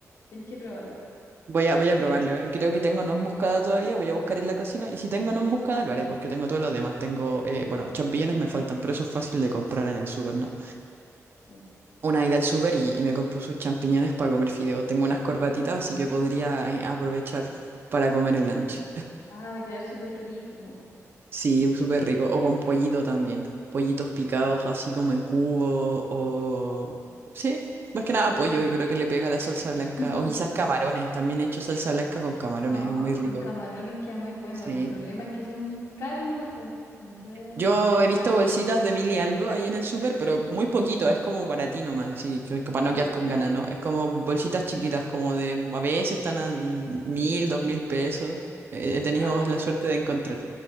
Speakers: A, on the left (about 70°); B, on the right (about 40°).
A: Tenéis que probarlo.
B: Voy a, voy a probarlo. eh. Creo que tengo noz moscada todavía. Voy a buscar en la cocina. Y si tengo noz moscada, lo haré porque tengo todo lo demás. Tengo, eh, bueno, champiñones me faltan, pero eso es fácil de comprar en el súper, ¿no?
A: Sí.
B: Una ida al súper y, y me compro sus champiñones para comer fideo. Tengo unas corbatitas, así que podría eh, aprovechar para comer en la noche.
A: Ah, va a quedar súper rico, po. Sí.
B: Sí, súper rico. O con pollito también. Pollitos picados, así como en cubo. O. Sí, más que nada pollo. Y creo que le pega la salsa blanca.
A: <laughs>
B: O quizás camarones. También he hecho salsa blanca con camarones.
A: Ah,
B: Es muy rico.
A: con camarones queda muy bueno.
B: Sí.
A: El problema es que son caros nomás, po. No sé.
B: Yo he visto bolsitas de mil y algo ahí en el súper, pero muy poquito, es como para ti nomás, así que para
A: Ah,
B: no quedar
A: ¿en
B: con
A: serio?
B: ganas, ¿no? Es como bolsitas chiquitas, como de, a veces están a mil, dos mil pesos. Eh, He tenido
A: Ah,
B: la suerte de encontrar.